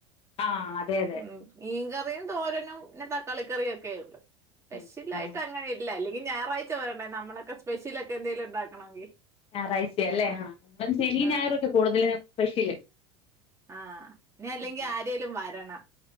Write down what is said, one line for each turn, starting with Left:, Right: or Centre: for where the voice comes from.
Left: ആഹ് അതെ അതെ
Right: ളം മീൻകറിയും തോരനും പിന്നെ തക്കാളി കറിയും ഒക്കെ ഉണ്ട് സ്പെഷ്യൽ
Left: ഉള്ളൂ. ആ
Right: ആയിട്ട് അങ്ങനെ ഒന്നും ല്ലാ അല്ലെകി ഞായറഴ്ച്ച വരണ്ടേ നമ്മൾ ഒക്കെ സ്പെഷ്യലൊക്കെ എന്തേലും ഉണ്ടാക്കണോങ്കി
Left: ഞാറാഴ്ച്ച അല്ലേ ആഹ് ഇവടെ ശനി
Right: ആ
Left: ഞായറൊക്കെ കൂട്തെൽ സ്പെഷ്യല്
Right: ആഹ് ഇനി അല്ലെങ്കി
Left: ആ
Right: ആരെലും വരണം